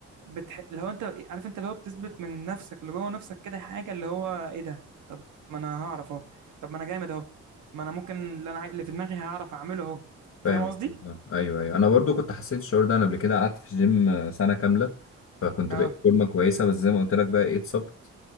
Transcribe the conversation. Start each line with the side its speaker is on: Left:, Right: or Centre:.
Right: بتح... لو انت عارف انت اللي هو بتثبت من نفسك اللي جوه نفسك كده حاجة اللي هو ايه ده طب ما انا هعرف اهو طب ما انا جامد اهو ما انا ممكن اللي انا عاي- اللي في دماغي هعرف اعمله اهو فاهم
Left: فاهم
Right: قصدي؟
Left: قصدك. ايوه ايوه انا برضو كنت حسيت الشعور ده انا قبل كده قعدت في الجيم سنة كاملة فكنت
Right: اه
Left: بقيت فورمة كويسة بس زي ما قلت لك بقى ايه اتصبت